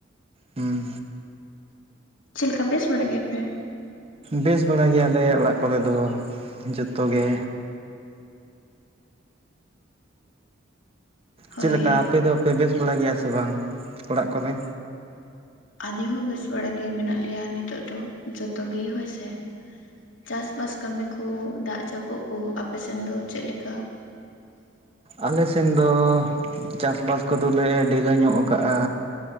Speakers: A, on the right; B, on the left.
A: ᱦᱩᱸ
B: ᱪᱮᱫ ᱞᱮᱠᱟ ᱵᱮᱥ ᱵᱟᱲᱟᱭ ᱜᱮᱭᱟᱯᱮ?
A: ᱵᱮᱥ ᱵᱟᱲᱟ ᱜᱮᱭᱟᱞᱮ ᱚᱲᱟᱜ ᱠᱚᱨᱮ ᱫᱚ ᱡᱚᱛᱚ ᱜᱮ᱾
B: ᱦᱳᱭ
A: ᱪᱮᱜ ᱞᱮᱠᱟ ᱟᱯᱮ ᱫᱚᱯᱮ ᱵᱮᱥ ᱵᱟᱲᱟ ᱜᱮᱭᱟ ᱥᱮ ᱵᱟᱝ ᱚᱲᱟᱜ ᱠᱚᱨᱮ?
B: ᱟᱞᱮ ᱦᱚᱸ ᱵᱮᱥ ᱵᱟᱲᱟ ᱜᱮ ᱢᱮᱱᱟᱜ ᱞᱮᱭᱟ ᱱᱤᱛᱚᱜ ᱫᱚ ᱡᱚᱛᱚ ᱜᱮ ᱦᱳᱭ ᱥᱮ᱾ ᱪᱟᱥᱵᱟᱥ ᱠᱟᱢᱤ ᱠᱚ ᱫᱟᱜ ᱡᱟᱹᱯᱩᱫ ᱠᱚ ᱟᱯᱮ ᱥᱮᱱ ᱫᱚ ᱪᱮᱫ ᱞᱮᱠᱟ?
A: ᱟᱞᱮ ᱥᱮᱱ ᱫᱚ ᱪᱟᱥᱵᱟᱥ ᱠᱚᱫᱚ ᱞᱮ ᱰᱷᱤᱞᱟᱹ ᱧᱚᱜ ᱟᱠᱟᱜᱼᱟ᱾